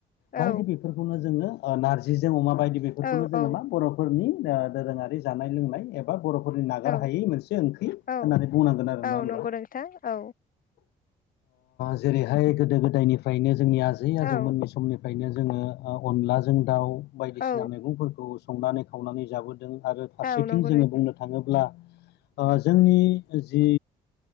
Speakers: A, on the left; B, on the left.
A: बायदि
B: औ
A: बेफोरखौनो जोङो नारजिजों अमा बायदि बेफोरखौनो
B: औ
A: जोङो मा बर'फोरनि दोरोङारि जानाय लोंनाय एबा बर' फोरनि नागार
B: औ
A: हायै मोनसे ओंख्रि होननानै
B: औ
A: बुंनांगोन आरो
B: औ
A: ना होनबा
B: नंगौ नोंथां औ
A: जेरैहाय गोदो गोदायनिफ्रायनो जोंनि आजै आजौमोन
B: औ
A: बे समनिफ्रायनो जोङो अनलाजों दाउ बायदिसिना
B: औ
A: मैगंफोरखौ संनानै खावनानै जाबोदों दों आरो फारसेथिं
B: औ नंगौ
A: जोङो
B: नोंथां
A: बुंनो थाङोब्ला जोंनि जि